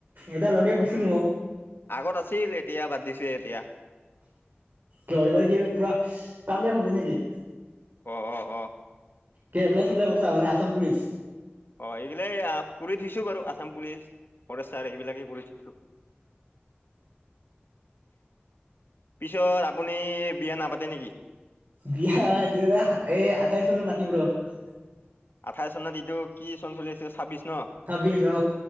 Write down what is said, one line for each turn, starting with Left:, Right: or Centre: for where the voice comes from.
Right: এটা লগে কৈছিল মোক
Left: আগত আছিল এতিয়া বাদ দিছোঁ এ- এতিয়া।
Right: কিয় এইবাৰ কি পুৰা, কামিয়াব হবি নেকি?
Left: অঁ অঁ অঁ।
Right: কি এপ্লাই-চেপ্লাই কৰিছা মানে আছাম পুলিচ।
Left: অ' এইগিলাই, আ কৰি থৈছোঁ বাৰু, আছাম পুলিচ। ফৰেষ্টাৰ, এইবিলাকেই কৰি থৈছোঁ। পিছত আপুনি বিয়া নাপাতে নেকি?
Right: বিয়া দুহেজাৰ এ আঠাইশ চনত পাতিম ৰহ।
Left: আঠাইশ চনত এইটো, কি চন চলি আছে, ছাব্বিশ- ন?
Right: ছাব্বিশ অ